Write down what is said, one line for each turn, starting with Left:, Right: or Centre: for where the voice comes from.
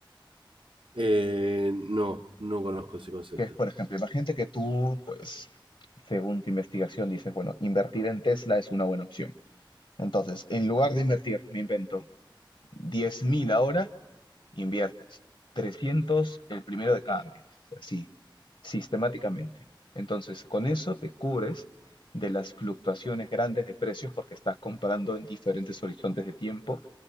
Right: Eh, no, no conozco ese concepto.
Left: que es, por ejemplo, imagínate que tú, pues, según tu investigación, dices, bueno, invertir en Tesla es una buena opción. Entonces, en lugar de invertir, me invento 10.000 ahora, inviertes 300 el primero de cada mes, así, sistemáticamente. Entonces, con eso te cubres de las fluctuaciones grandes de precios porque estás comprando en diferentes horizontes de tiempo